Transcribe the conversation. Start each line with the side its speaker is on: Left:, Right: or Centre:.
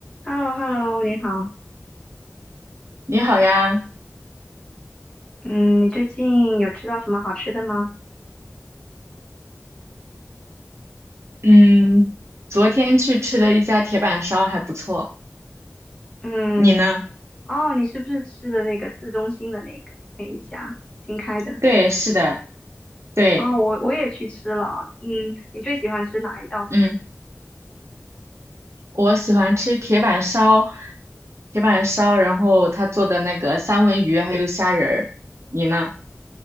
Left: h e l l o h e l l o 你好。
Right: 你好呀，
Left: 嗯，你最近有吃到什么好吃的吗？
Right: 嗯，昨天去吃了一家铁板烧，还不错。
Left: 嗯，
Right: 你呢？
Left: 哦，你是不是吃的那个市中心的那个那一家新开的？
Right: 对，是的，对，
Left: 哦，我我也去吃了。嗯，你最喜欢吃哪一道菜？
Right: 嗯，我喜欢吃铁板烧，铁板烧，然后他做的那个三文鱼还有虾仁儿。你呢？